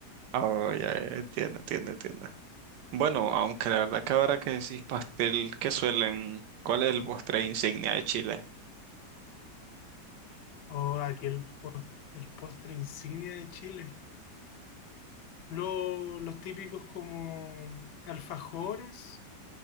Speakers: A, on the right; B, on the left.
A: oh, ya, ya, entiendo, entiendo, entiendo. Bueno, aunque la verdad que ahora que decís pastel, ¿qué suelen? ¿Cuál es el postre insignia de Chile?
B: O aquel, el postre insignia de Chile. Lo- los típicos como alfajores,